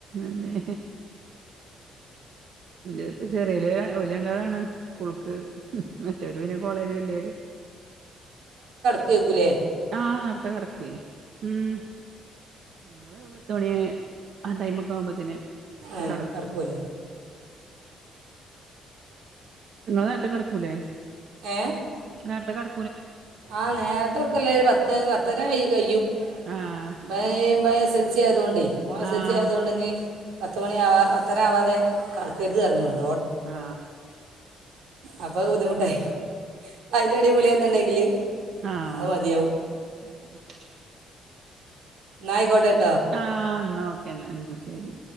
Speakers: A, on the right; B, on the right.
A: അന്നെ ഇ ഇതിപ്പ ചെറിയലെ ഓല് രണ്ടാളാണ് സ്കൂള്ക്ക് മറ്റൊര് പിന്നെ കോളേജ് വല്യവര്
B: ക്കേക്കൂലേ
A: ആനേർത്തെ കിടക്കുവേ ഉം ഞങ്ങള് ട്ടു മണിയെ ആ ടൈമൊ ക്കാവുമ്പത്തിന്
B: ഏ
A: കടക്കും
B: കിടക്കുമല്ലേ
A: നിങ്ങള് നേരത്തെ കെടക്കൂലേ
B: ഏ
A: നേരത്തെ കെട
B: ആ നേരത്തെ കെടത്തല്ലെ ഒര് പത്ത്പത്തര കഴിയും
A: ആഹ്
B: ഭ ഇ ഇഭ എസ് എസ് ഉച്ച ആയതോണ്ടെ മോൻ എസ്
A: ആഹ്
B: എസ് എൽ സി ആയോണ്ടിനി പത്ത്മണിയാവാ പത്തരയാവാതെ കടക്കരുതരുന്ന് പറഞ്ഞു
A: ആ
B: അപ്പൊ ബുദ്ധിമുട്ടായി അതിന്റെടി വിളി വന്നുണ്ടെങ്കില്
A: ആഹ്
B: അത് മതിയാവും
A: അതെന്നെ
B: നായിക്കോട്ടെ
A: ആ എന്ന ഓക്കെ അന്നാ എന്ന ശരി